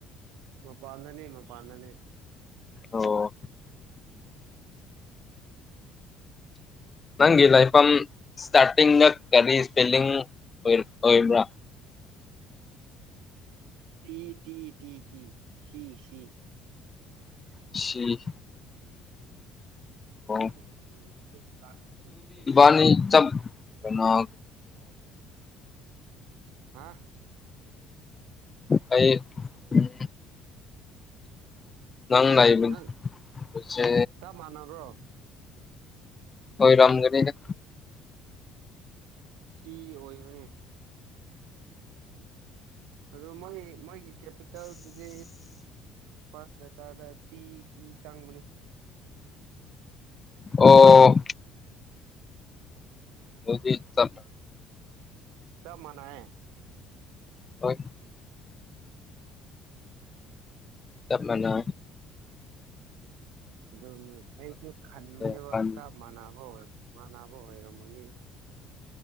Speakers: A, on the right; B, on the left.
A: ꯃꯄꯥꯟꯗꯅꯦ ꯃꯄꯥꯟꯗꯅꯦ꯫
B: ꯑꯣ ꯅꯪꯒꯤ ꯂꯥꯏꯐꯝ ꯏꯁꯇꯥꯔꯇꯤꯡꯗ ꯀꯔꯤ ꯏꯁꯄꯦꯂꯤꯡ ꯑꯣꯏꯕ꯭ꯔꯥ
A: T T T T C ꯁꯤ
B: ꯁꯤ
A: <unintelligible>
B: ꯑꯣ ꯑꯅꯤ ꯆꯞ ꯀꯩꯅꯣ
A: ꯑꯣꯀꯦ ꯍꯥꯥ
B: ꯑꯩ ꯎꯝ ꯅꯪ ꯂꯩꯏꯕꯁꯦ꯫
A: ꯅꯪ ꯆꯞ ꯃꯥꯟꯅꯕ꯭ꯔꯣ
B: ꯑꯣꯏꯔꯝꯒꯅꯤꯗ꯫
A: ꯁꯤ ꯑꯣꯏꯕꯅꯦ꯫ ꯑꯗꯨ ꯃꯣꯏ ꯃꯣꯏꯒꯤ ꯀꯦꯄꯤꯇꯦꯜꯗꯨꯗꯤ ꯄꯥꯁꯇꯥꯔꯗ ꯇꯤ ꯇꯤ ꯆꯪꯕꯅꯦ꯫
B: ꯑꯣ ꯑꯗꯨꯗꯤ ꯆꯥꯠ
A: ꯆꯞ ꯃꯅꯩꯌꯦ꯫
B: ꯍꯣꯏ ꯇꯞ ꯃꯅ
A: ꯑꯗꯨꯕꯨ ꯑꯩꯁꯨ ꯈꯟꯕꯅꯦꯕ
B: ꯏꯕꯥꯅꯤ
A: ꯆꯞ ꯃꯥꯟꯅꯕ ꯑꯣꯏ ꯃꯥꯟꯅꯕ ꯑꯣꯏꯔꯝꯒꯅꯤꯅ